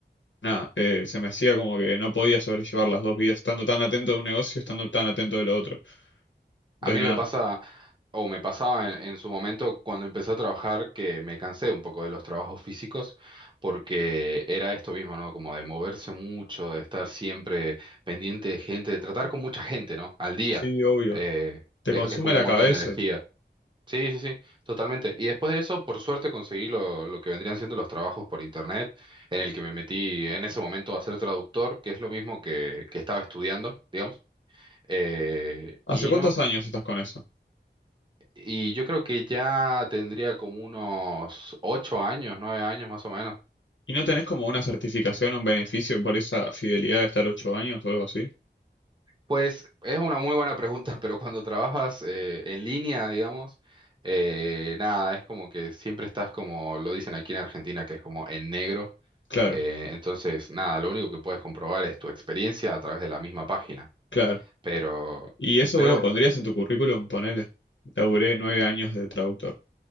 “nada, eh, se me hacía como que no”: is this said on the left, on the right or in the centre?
Left